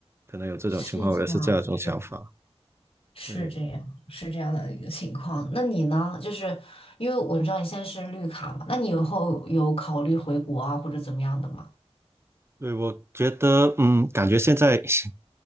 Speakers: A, on the right; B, on the left.
A: 可能有这种情况，
B: 是这样，
A: 我也是这样一种想法。
B: 是是这样，
A: 对，
B: 是这样的一个情况。那你呢？就是因为我知道你现在是绿卡嘛，那你以后有考虑回国啊，或者怎么样的吗？
A: 对，我觉得，嗯，感觉现在 <laughs>